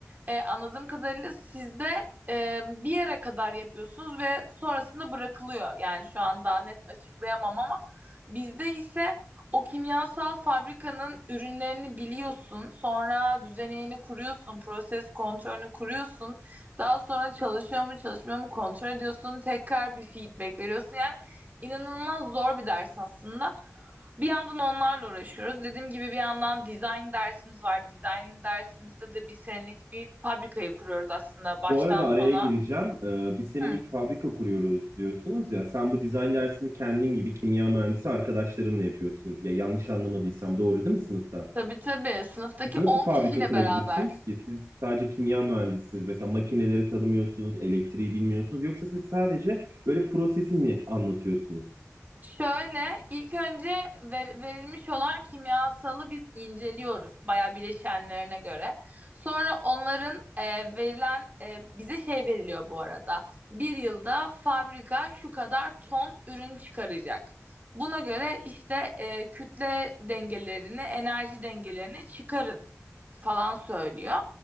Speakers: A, on the right; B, on the right.
A: e, anladığım kadarıyla sizde e, bir yere kadar yapıyorsunuz ve sonrasında bırakılıyor. Yani şu an daha net açıklayamam ama bizde ise o kimyasal fabrikanın ürünlerini biliyorsun, sonra düzeneğini kuruyorsun, proses kontrolünü kuruyorsun. Daha sonra çalışıyor mu, çalışmıyor mu kontrol ediyorsun, tekrar bir feedback veriyorsun. Yani inanılmaz zor bir ders aslında. Bir yandan onlarla uğraşıyoruz. Dediğim gibi bir yandan design dersimiz var. Design dersimizde de bir senelik bir fabrikayı kuruyoruz aslında
B: Bu
A: baştan
B: arada
A: sona.
B: araya gireceğim. E, bir senelik
A: Hı.
B: fabrika kuruyoruz diyorsunuz ya. Sen bu dizayn dersini kendin gibi kimya mühendisi arkadaşlarınla yapıyorsun. Ya yanlış anlamadıysam doğru değil mi sınıfta?
A: Tabii tabii sınıftaki
B: Siz nasıl
A: 10
B: fabrika
A: kişiyle
B: kurabilirsiniz
A: beraber.
B: ki? Siz sadece kimya mühendisisiniz. Mesela makineleri tanımıyorsunuz, elektriği bilmiyorsunuz. Yoksa siz sadece böyle prosesi mi anlatıyorsunuz?
A: Şöyle ilk önce ver- verilmiş olan kimyasalı biz inceliyoruz bayağı bileşenlerine göre. Sonra onların e, verilen e, bize şey veriliyor bu arada. Bir yılda fabrika şu kadar ton ürün çıkaracak. Buna göre işte e, kütle dengelerini, enerji dengelerini çıkarın falan söylüyor.